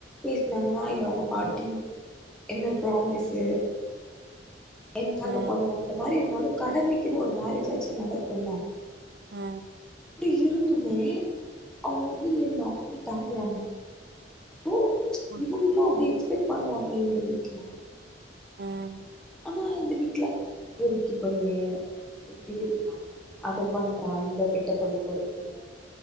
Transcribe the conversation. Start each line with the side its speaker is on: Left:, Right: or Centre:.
Centre: பேசுனாங்கன்னா இல்ல அவங்க பாட்டி என்னரு ப்ராமிஸ்சு எனக்காக
Right: ம்
Centre: பண்ணு அந்த மாறி இருந்தாலு கடமைக்குன்னு ஒரு மேரேஜ் ஆச்சு நடக்கும்ல
Right: ஆ
Centre: இப்டி இருந்துமே அவ்ங்க வந்து என்ன அப்டி தாங்குறாங்க ஓ
Right: புரியுது
Centre: இவங்களு அப்டி எக்ஸ்பெக்ட் பண்ணுவாங்கள இந்த வீட்ல
Right: ம்
Centre: ஆனா இந்த வீட்ல பொறிக்கி பையே எப்டி இருப்பா அத பண்றா இந்த கெட்ட பழக்கொ இருக்குல